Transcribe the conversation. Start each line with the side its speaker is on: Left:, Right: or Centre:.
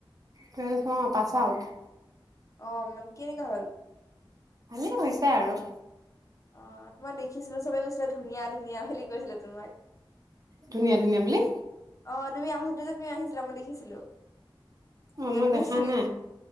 Right: টুৱেলভ অ পাছ আউট।
Left: অ মানে কেনেকা হল?
Right: ভালেই হৈছে আৰু।
Left: অ তোমাক দেখিছিলো চবে কৈছে ধুনীয়া ধুনীয়া বুলি কৈছিলে তোমাক।
Right: ধুনীয়া ধুনীয়া বুলি?
Left: অ তুমি আহোতে যে তুমি আহিছিলা মই দেখিছিলো।
Right: অ
Left: তেতিয়া
Right: মই
Left: তুমি
Right: দেখা
Left: চুই
Right: নাই ।